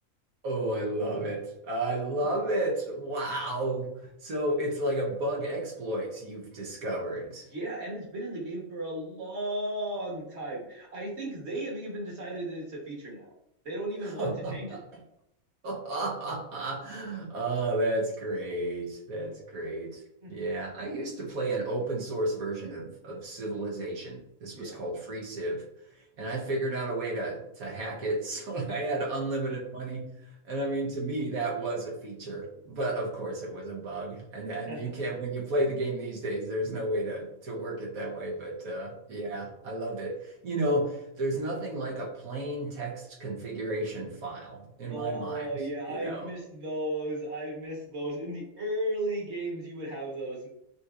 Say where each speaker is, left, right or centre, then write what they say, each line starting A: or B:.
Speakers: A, on the right; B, on the right.
A: Oh, I love it. I love it. Wow. So it's like a bug exploit you've discovered.
B: Yeah, and it's been in the game for a long time. I think they have even decided that it's a feature now. They don't even
A: <laughs>
B: want to change it.
A: Oh, that's great. That's great.
B: Mm.
A: Yeah, I used to play an open source version of of Civilization. This
B: Yeah.
A: was called Free Civ, and I figured out a way to to hack it <laughs> so I had unlimited money. And I mean, to me, that was a feature, but of course, it was a bug. And and
B: <laughs>
A: you can't when you play the game these days, there's no way to to work it that way. But uh, yeah, I loved it. You know. There's nothing like a plain text configuration file in
B: Oh,
A: my mind,
B: yeah,
A: you
B: I
A: know.
B: missed those. I missed those. In the early games, you would have those,